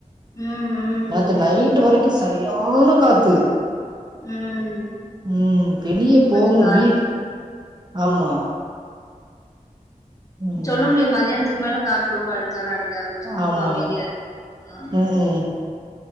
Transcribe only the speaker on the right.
ராத்திரி நைட்டு வரைக்கு சரியான காத்து
உம் வெளிய
போ
வீட்டு
ஆமா ம்
ஆமா
ம் ம்